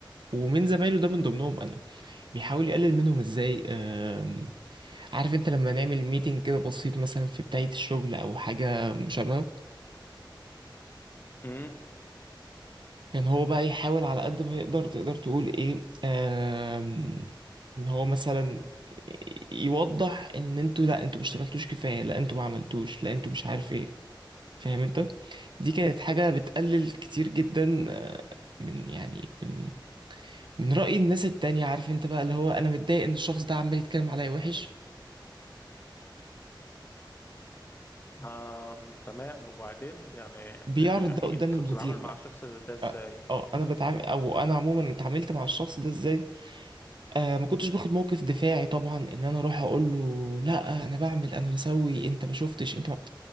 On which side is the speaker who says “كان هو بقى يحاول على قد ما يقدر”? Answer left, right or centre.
Right